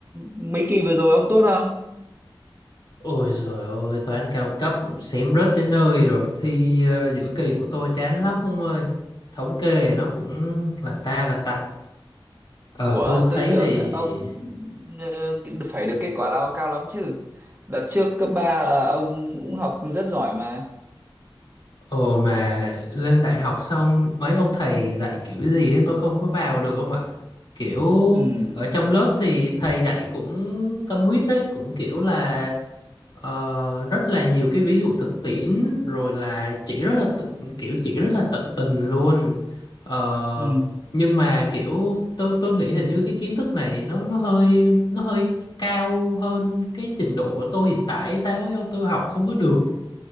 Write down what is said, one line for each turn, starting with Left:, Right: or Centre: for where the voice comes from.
Right: mấy kỳ vừa rồi ông tốt không
Left: Ôi giời ơi, toán cao cấp xém rớt đến nơi rồi. Thi ờ, giữa kỳ của tôi chán lắm ông ơi. Thống kê nó cũng là ta là tạch. Ờ,
Right: Ủa,
Left: tôi thấy
Right: tôi tưởng
Left: thì...
Right: ông ờ, phải được kết quả lao cao lắm chứ. Đợt trước cấp 3 ông cũng học rất giỏi mà.
Left: Ồ mà lên đại học xong mấy ông thầy dạy kiểu gì ấy, tôi không có vào được ông ạ. Kiểu
Right: Ừ,
Left: ở trong lớp thì thầy dạy cũng tâm huyết đấy, cũng kiểu là Ờ, rất là nhiều cái ví dụ thực tiễn rồi là chỉ rất là tự- kiểu chỉ rất là tận tình luôn Ờ,
Right: ừ,
Left: nhưng mà kiểu tôi tôi nghĩ hình như cái kiến thức này nó nó hơi nó hơi cao hơn cái trình độ của tôi hiện tại hay sao ấy không tôi học không có được